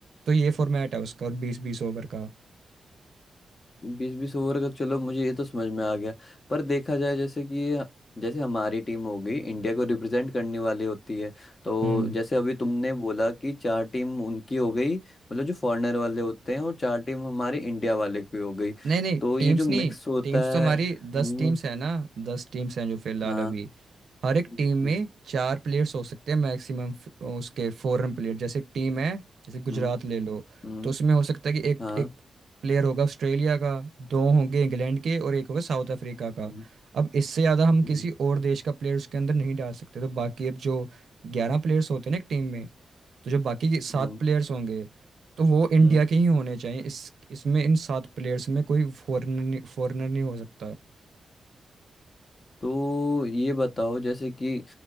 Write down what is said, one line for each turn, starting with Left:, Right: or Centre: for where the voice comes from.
Right: तो ये फॉर्मेट है उसका और बीस बीस ओवर का
Left: बीस बीस ओवर का चलो मुझे ये तो समझ में आ गया पर देखा जाए जैसे कि ये- जैसे हमारी टीम होगी इंडिया को रिप्रेजेंट करने वाली होती है तो
Right: हम्म
Left: जैसे अभी तुमने बोला कि चार टीम उनकी हो गई मतलब जो फॉरेनर वाले होते हैं और चार टीम हमारे इंडिया वाले की हो गई
Right: नहीं नहीं
Left: तो
Right: टीम्स
Left: ये जो
Right: नहीं
Left: मिक्स होता
Right: टीम्स तो
Left: है
Right: हमारी
Left: हम्म,
Right: दस टीम्स
Left: हम्म,
Right: है ना दस टीम्स हैं जो फिलहाल
Left: हाँ
Right: अभी हर एक
Left: हम्म
Right: टीम में चार प्लेयर्स हो सकते हैं मैक्सिमम उसके फॉरेन प्लेयर जैसे एक टीम है जैसे
Left: हम्म
Right: गुजरात ले लो
Left: हम्म,
Right: तो उसमें हो सकता है कि एक
Left: हाँ
Right: एक प्लेयर होगा ऑस्ट्रेलिया का दो होंगे इंग्लैंड के और एक होगा साउथ अफ्रीका का
Left: हम्म
Right: अब इससे ज़्यादा हम
Left: हम्म
Right: किसी और देश का प्लेयर उसके अंदर नहीं डाल सकते तो बाकी अब जो ग्यारह प्लेयर्स होते हैं ना एक टीम में तो जो बाकी के सात
Left: हम्म,
Right: प्लेयर्स होंगे तो वो इंडिया
Left: हम्म,
Right: के ही होने चाहिए इस इसमें इन सात प्लेयर्स में कोई फॉरेनर नहीं फॉरेनर नहीं हो सकता
Left: तो ये बताओ जैसे कि